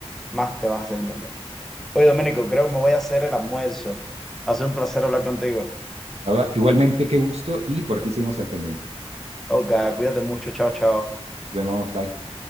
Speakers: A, in the centre; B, on the right.
A: más te vas a hacer entender. Oye, Domenico, creo que me voy a hacer el almuerzo. Ha sido un placer hablar contigo.
B: Nada, Igualmente, qué gusto y por aquí seguimos al pendiente.
A: Ok, cuídate mucho, chao, chao.
B: Nos vemos, bye.